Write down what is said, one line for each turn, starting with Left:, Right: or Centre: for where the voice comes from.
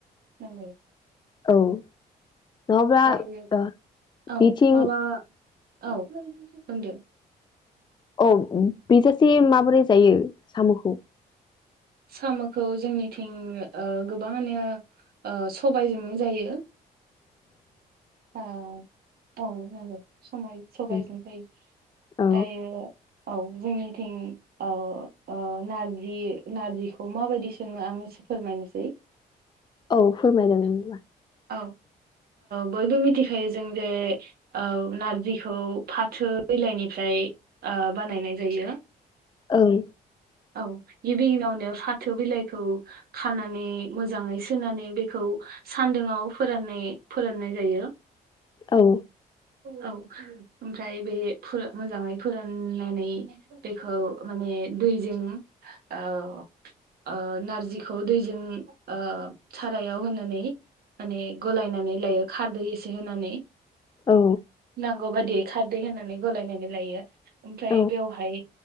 Right: नांबायो।
Left: औ नङाब्ला
Right: दायो
Left: ओ
Right: औ
Left: बिथिं
Right: माबा औ बुंदो।
Left: औ बेसोरजे माबोरै जायो साम'खौ
Right: साम'खौ जोंनिथिं ओ गोबाङानो ओ सबायजोंनो जायो।
Left: <unintelligible> <inaudible>
Right: औ औ नांगौ। समाय सबायजोंबो
Left: उम, औ
Right: जायो। औ जोंनिथिं ओ नारजि नार्जिखौ माबायदि सोङो आं स ए फोरमायनोसै।
Left: औ फोरमायदोंबा?
Right: औ बयबो मिथिखायो जों जे ओ नारजिखौ फाथो बिलायनिफ्राय बानायनाय जायो।
Left: ओं
Right: औ गिबि उनावनो फाथो बिलाइखौ खानानै मोजाङै सुनानै बेखौ सान्दआव फोराननाय फोराननाय जायो।
Left: औ।
Right: औ। ओमफ्राय बे मोजाङै फोराननानै बेखौ माने दै ओ ओ नारजिखौ दैजों ओ सारायाव होनानै माने गलायनानै लायो खारदै एसे होनानै
Left: औ
Right: नांगौ बाददियै खारदै होननानै गलायनानै लायो ओमफ्राय
Left: औ
Right: बेवहाय